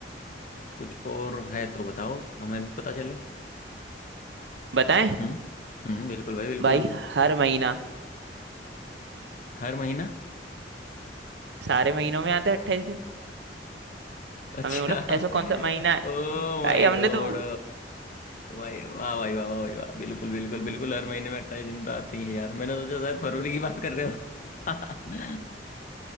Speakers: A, on the left; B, on the right.
A: कुछ और है तो बताओ हमें भी पता चले
B: बताएं
A: हम्म हम्म बिल्कुल भाई बिल्कुल
B: भाई हर महीना
A: हर महीना
B: सारे महीनों में आता है अट्ठाईस दिन
A: अच्छा
B: हमने बोला ऐसा कौन
A: <laughs>
B: सा महीना है
A: ओ माय
B: भाई हमने
A: गॉड
B: तो
A: भाई वाह भाई वाह वाह भाई वाह बिल्कुल बिल्कुल बिल्कुल हर महीने में अट्ठाईस दिन तो आते ही हैं यार मैंने सोचा शायद फरवरी की बात कर रहे हो <laughs>